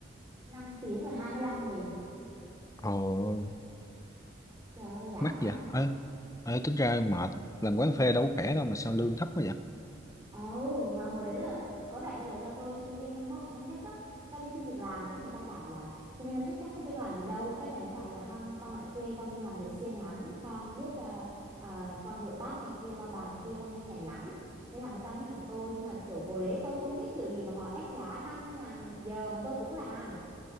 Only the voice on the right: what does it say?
5 tiếng là 25.000.
Trời ơi, dã
man.
Ồ, mà hồi đấy là có vẻ như là do tôi sinh viên năm mộ, năm nhất á, cái đi xin việc làm, cái người ta bảo là sinh viên năm nhất chắc không biết làm gì đâu, cái mình mới bảo là không, con ở quê con làm việc siêng lắm, con biết à, à, con rửa bát này kia, lau bàn này kia, con nhanh nhẹn lắm. Thế là người ta mới nhận tôi, nhưng mà kiểu hồi đấy tôi không biết kiểu gì mà họ ép giá năm ngàn một giờ mà tôi cũng làm,